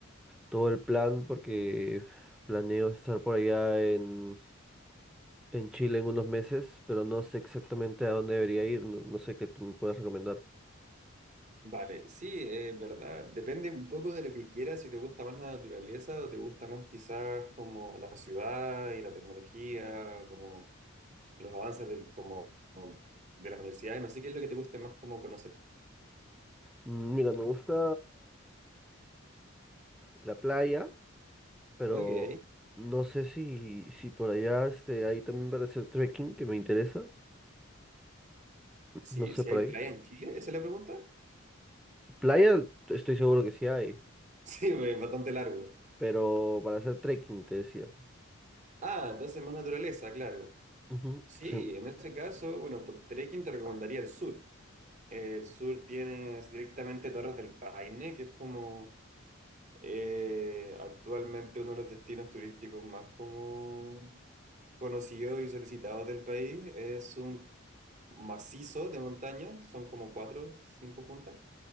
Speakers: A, in the centre; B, on the right (about 35°).
A: todo el plan porque planeo estar por allá en, en Chile en unos meses, pero no sé exactamente a dónde debería ir, no, no sé qué tú me puedes recomendar.
B: Vale, sí, es verdad. Depende un poco de lo que quieras, si te gusta más la naturaleza o te gusta más quizás como la ciudad y la tecnología, como los avances del, como, como de las universidades. No sé qué es lo que te guste más como conocer.
A: Mm, Mira, me gusta la playa, pero
B: Ok,
A: no sé si, si por allá este, ahí también para hacer trekking que me interesa,
B: sí,
A: no sé
B: si
A: por
B: hay
A: ahí.
B: playa en Chile, ¿esa es la pregunta? <laughs>
A: Playa, estoy seguro que sí hay.
B: Sí, es bastante largo.
A: pero para hacer trekking, te decía.
B: Ah, entonces más naturaleza, claro.
A: Ujú,
B: Sí,
A: sí,
B: en ese caso, bueno, por trekking te recomendaría el sur. El sur tienes directamente Torres del Paine, que es como eh, actualmente uno de los destinos turísticos más como conocidos y solicitados del país. Es un macizo de montaña, son como cuatro, cinco juntas,